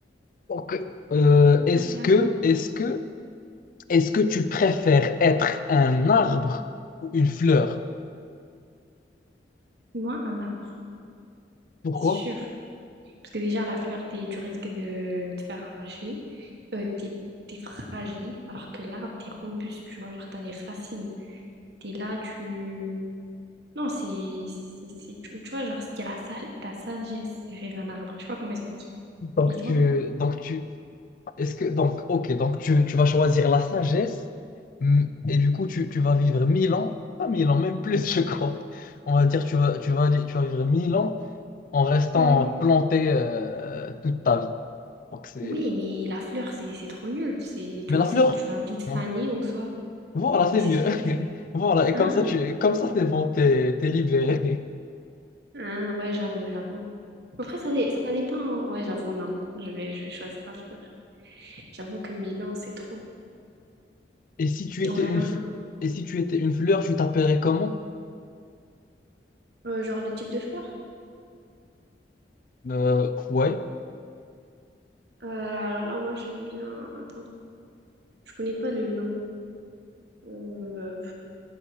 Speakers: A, on the left; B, on the right.
A: Ok. Euh, est-ce
B: Ok,
A: que,
B: attends.
A: est-ce que, est-ce que tu préfères être un arbre ou une fleur?
B: Moi, un arbre,
A: Pourquoi?
B: sûr. Parce que déjà, la fleur, t'es, tu risques de te faire arracher. Euh, t'es, t'es fragile, alors que l'arbre, t'es robuste, tu vois, genre, t'as des racines. T'es là, tu. Non, c'est. c'est, c'est- Tu, tu vois, genre, il y a la, sa- la sagesse derrière un arbre. Je sais pas comment expliquer.
A: Donc
B: Et toi?
A: tu, donc tu, est-ce que, donc, ok, donc tu, tu vas choisir la sagesse mm, et du coup tu, tu vas vivre mille ans, pas mille ans, même plus, je crois. On va dire tu vas, tu vas, tu vas vivre mille ans en restant
B: Ouais.
A: planté euh, toute ta vie. Donc c'est,
B: Oui, mais la fleur, c'est c'est trop nul. C'est
A: mais
B: toi
A: la
B: aussi,
A: fleur,
B: tu vas vite faner
A: non.
B: ou soit.
A: Voilà, c'est
B: Mais c'est
A: mieux.
B: soit
A: <laughs>
B: tu.
A: Voilà, et
B: Hein?
A: comme ça tu, comme ça c'est bon, t'es, t'es libéré.
B: Hein, ouais, j'avoue, j'avoue. Après, ça, dé- ça dépend. Ouais, j'avoue, non. Je vais, je vais choisir la fleur. J'avoue que Milan, c'est trop.
A: Et si tu étais
B: Ouais,
A: une,
B: non,
A: fl-
B: non.
A: et si tu étais une fleur, tu t'appellerais comment?
B: Euh, genre le type de fleur?
A: Euh, ouais,
B: Euh, alors là, moi, j'aime bien. Attends, je connais pas le nom. Euh,